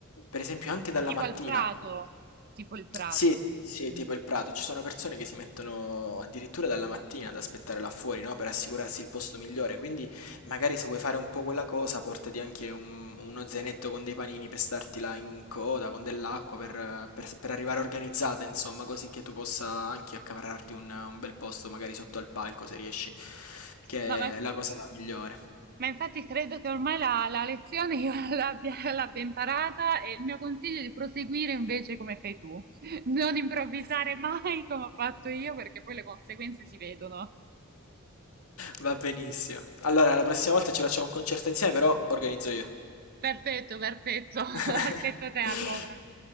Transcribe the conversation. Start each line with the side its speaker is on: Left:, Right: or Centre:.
Left: per esempio, anche dalla
Right: Tipo
Left: mattina.
Right: il Prato, tipo il Prato.
Left: Sì, sì, tipo
Right: Mm.
Left: il Prato, ci sono persone che si mettono addirittura dalla mattina ad aspettare là fuori, no? Per assicurarsi il posto migliore, quindi Magari se vuoi fare un po' quella cosa, portati anche un- uno zainetto con dei panini per starti là in coda, con dell'acqua, per, eh, per- per arrivare organizzata, insomma, così che tu possa anche accaparrarti un, un bel posto, magari sotto al palco, se riesci, che
Right: No, ma,
Left: è la cosa migliore.
Right: ma infatti credo che ormai la, la lezione io <laughs> l'abbia l'abbia imparata e il mio consiglio è di proseguire invece come fai tu, <laughs> non improvvisare mai come ho fatto io perché poi le conseguenze si vedono.
Left: Va benissimo. Allora, la prossima volta ci facciamo un concerto insieme, però organizzo io.
Right: Perfetto, perfetto, <laughs> aspetto
Left: <laughs>
Right: te allora.